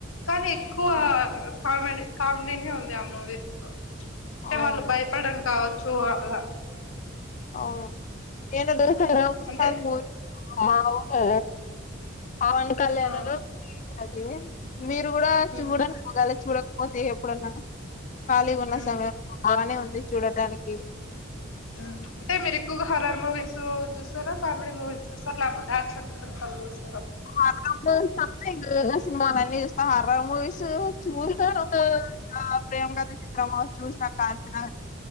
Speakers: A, on the left; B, on the left.
A: కానీ ఎక్కువ
B: ఆహా
A: కామెడీ కామెడీని ఉంది ఆ మూవీస్ లో అంటే
B: అవునా
A: వాళ్ళు భయపడడం కావచ్చు అలా
B: ఆ ఏనదరు తరా ఉత్సద్
A: అంటే
B: మూవీ అ పవన్ కళ్యాణనును
A: ఆ
B: శ్రీలీలా అదే మీరు కూడా
A: హ్మ్
B: చూడ ఆగాలి చూడక్ పోతా ఎప్పుడన్నా ఖాళీగా ఉన్న
A: హ్మ్
B: సమయం బానే ఉంది చూడటానికి
A: హ్మ్ అంటే మీరు ఎక్కువగా హరర్ మూవీస్ చూస్తారా కామెడీ మూవీస్ చూస్తారా లేకపోతే యాక్షన్ ఫిలిమ్స్ అవి చూస్
B: ఆ <unintelligible> తప్ప వేరే సినిమాలు అనే చూస్ హారర్ మూవీస్ వు చూ ప్రియకా ఆ ప్రేమ కథ చిత్రం చుసిన కాంచన